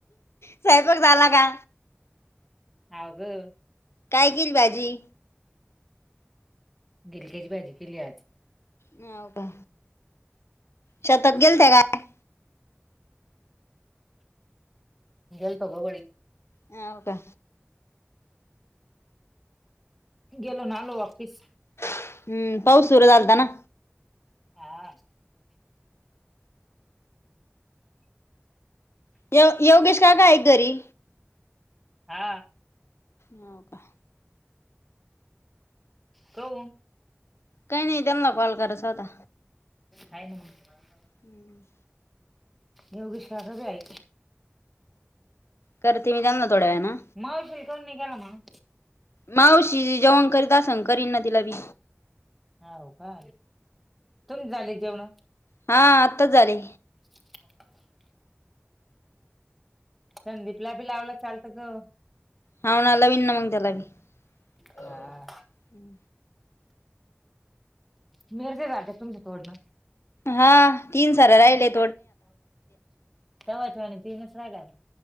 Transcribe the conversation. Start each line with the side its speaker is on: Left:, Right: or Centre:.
Left: स्वयंपाक झाला का?
Centre: हव ग
Left: काय किली भाजी
Centre: गिलक्याची भाजी केली आज
Left: हो का शेतात गेलते काय
Centre: गेल्तो ग बळी
Left: ह हो का
Centre: गेलोन आलो वापीस
Left: हम्म पाऊस सुरू झालता ना
Centre: हा <unintelligible>
Left: य योगेश काका आहे का घरी?
Centre: हा
Left: हो का
Centre: हो
Left: काही नाही त्यांना कॉल करायच होता.
Centre: हाय ना मग.
Left: हम्म
Centre: योगेश काका बी हाये
Left: करते मी त्यांना थोड्या वेळ न
Centre: मावशील काऊन नाही गेला मग
Left: मावशी जेवण करीत अस करीन ना तिला बी
Centre: हो का तुम्ही झाले का जेवणं
Left: हा आत्ताच झाले.
Centre: ह <inaudible> संदीपला बी लावलं चालतं ग
Left: हा ना लावीन ना मग त्यालाबी
Centre: हा
Left: हम.
Centre: मिरच्या झालत्या का तुमचं तोडण
Left: हा तीन सऱ्या राहिल्यात.
Centre: <unintelligible> तीनच राहल्यात